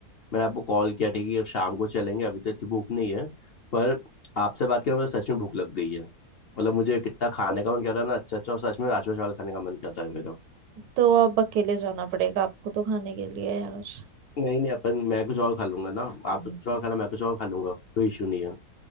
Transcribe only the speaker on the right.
तो अब अकेले जाना पड़ेगा आपको तो खाने के लिए यार
हम्म